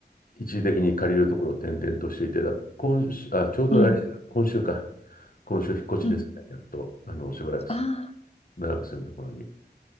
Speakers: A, on the left; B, on the left.
A: 一時的に借りるところを転々としていて、今週、あ、ちょうど来週、
B: うん。
A: 今週か。今週引っ越しですね。
B: うん。
A: やっと、あの、しばらくす、
B: ああ、
A: 長く住むところに引っ